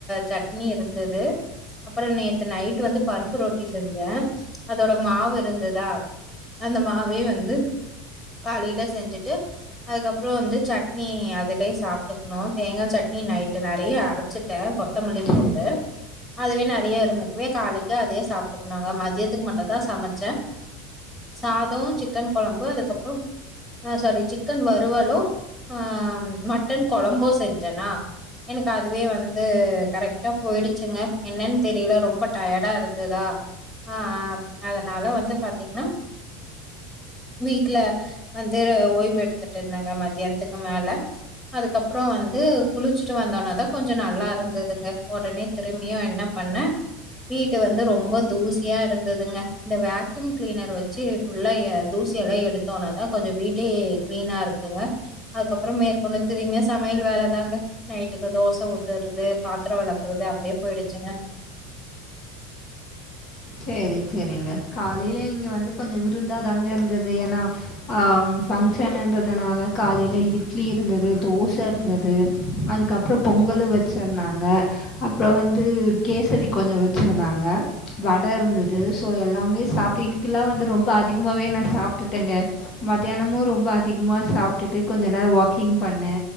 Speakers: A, on the left (about 15°); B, on the left (about 45°).
A: சட்னி இருந்தது அப்றோ நேத்து நைட்டு வந்து பருப்பு ரொட்டி செஞ்சே அதோட மாவு இருந்தது தா அந்த மாவே வந்து காலேல செஞ்சுட்டு அதுக்கப்றோ வந்து சட்னி அதுலே சாப்பிட்டுக்கணு தேங்கா சட் னி நைட்டு நெறைய அரைச்சுட்டே கொ கொத்தமல்லி
B: சரி.
A: போட்டே அதுவே நெறைய இருந்துக்கவே காலைக்கு அதே சாப்டுக்குனுங்க மத் மதியத்துக்கு மட்டு தா சமைச்சே சாதோ சிக்கன் கொழம்பு அதுக்கப்புறோ ஆ சாரி சிக்கன் வருவலு ஆ மட்டன் கொழம்பு செஞ்சனா எனக்கு அதுவே வந்து கரெக்டா போயிடுச்சுங்க என்னன்னு தெரியல ரொம்ப டயடா இருந்ததா ஆ ஆம் அதனால வந்து பாத்தீங்கன்னா வீட்டுல வந்து ஓய்வு எடுத்துட்டு இருந்தேங்க மதியானத்துக்கு மேல அதுக்கப்புறோ வந் து குளிச்சுட்டு வந்தோனதா கொஞ்சோ நல்லா இருந்ததுங்க உடனே திரும்பியு என்ன பண்ண வீட்டு வந்து ரொம்ப தூசியா இருந்ததுங்க இந்த வே க்யூம் கிளீனர் வச்சு ஃபுல்லா எ தூசிய எல்லா எடுத்தோனதா கொஞ்சோ வீட்டே கிளீனா இருக்குங்க அதுகப்றோ மேற்கொண்டு திரும்பியு சமையல் வேலதாங்க நைட்டுக்கு தோச ஊத்துறது பாத்திர வெளக்குற து அப்டியே போயிடுச்சுங்க
B: செரி செரிங்க காலேலயே இங்க வந்து கொஞ்சோ விருந்தாதாங்க இருந்தது ஏன்னா ஆம் பங்கஷனுன்றதுனால காலேல இட்லி இருந்தது தோச இருந்தது அதுக்கப்புறோ பொங் ங்கலு வச்சிருந்தாங்க அப்றோ வந்து கேசரி கொஞ்சோ வச்சிருந்தாங்க வட இருந்தது ஸோ எல்லாமே சாப்டு இன்னிக்கில்லா வந்து ரொம்ப அதிகமாவே நா சாப்டுட்டேங்க வ மத்தியானமு ரொம்ப அதிகமா சாப்டுட்டு கொஞ்ச நேர வாக்கிங் பண்ணே